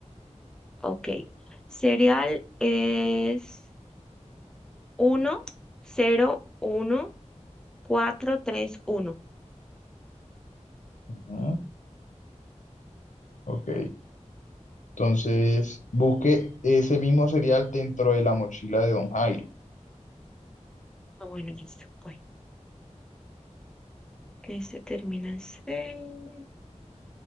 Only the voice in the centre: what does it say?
ok, serial es uno cero uno cuatro tres uno
Ah, bueno, listo. ok. Este termina en seis